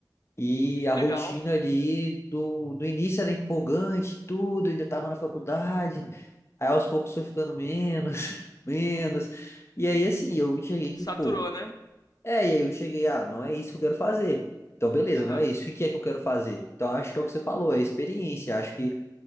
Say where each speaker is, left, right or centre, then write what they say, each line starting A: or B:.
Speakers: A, on the left; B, on the left.
A: E a
B: legal.
A: rotina ali do, do início era empolgante, tudo, ainda estava na faculdade. Aí aos poucos foi ficando menos, <laughs> menos. E aí, assim, eu cheguei que,
B: Saturou,
A: pô.
B: né?
A: É, e aí eu cheguei, ah, não é isso que eu quero fazer. Então, beleza,
B: Aham.
A: não é isso. O que é que eu quero fazer? Então, acho que é o que você falou, é experiência. Acho que